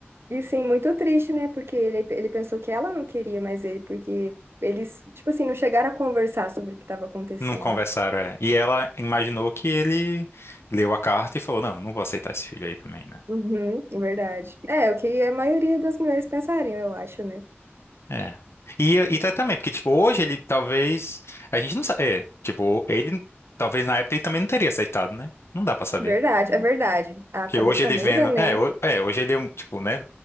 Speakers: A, on the right (about 65°); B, on the left (about 70°).
A: E sim, muito triste, né? Porque ele, ele pensou que ela não queria mais ele, porque eles, tipo assim, não chegaram a conversar sobre o que estava acontecendo.
B: Não conversaram, é. E ela imaginou que ele leu a carta e falou: Não, não vou aceitar esse filho aí também, né?
A: Uhum, é verdade. É, o que a maioria das mulheres pensariam, eu acho, né?
B: É. E, e tá também, porque, tipo, hoje ele talvez. A gente não sabe. É, tipo, ele. Talvez na época ele também não teria aceitado, né? Não dá pra saber.
A: Verdade, é verdade. A
B: Que
A: cabeça
B: hoje ele
A: muda,
B: vendo.
A: né?
B: É, ho- é, hoje ele, é um, tipo, né?